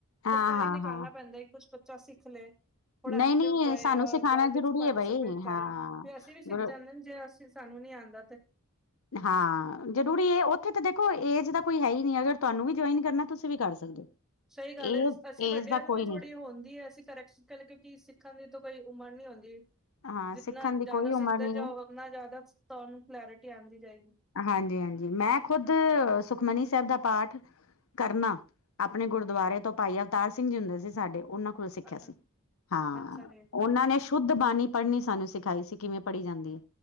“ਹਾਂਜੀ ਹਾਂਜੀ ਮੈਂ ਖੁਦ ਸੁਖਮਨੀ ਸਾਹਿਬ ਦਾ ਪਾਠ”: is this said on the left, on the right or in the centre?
Left